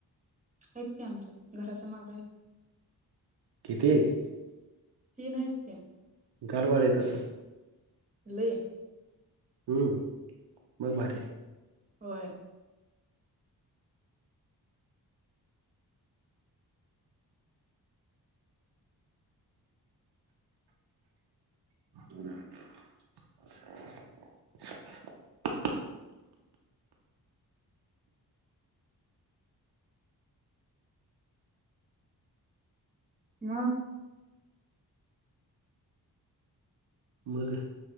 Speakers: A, on the right; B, on the right.
A: आहेत की आमच्यात घराच्या माग हाईत.
B: किती हाईत?
A: तीन हायत क्या
B: गार वारं येत असलं????
A: लई हे
B: हम्म मग भारी हाय.
A: होय
B: हम्
A: मग
B: मग